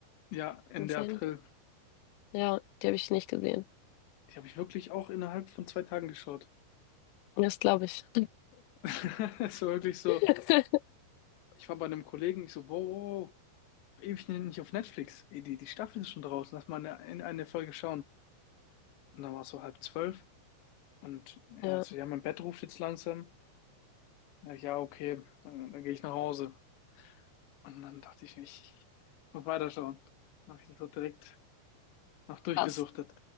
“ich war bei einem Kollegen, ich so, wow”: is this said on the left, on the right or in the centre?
Left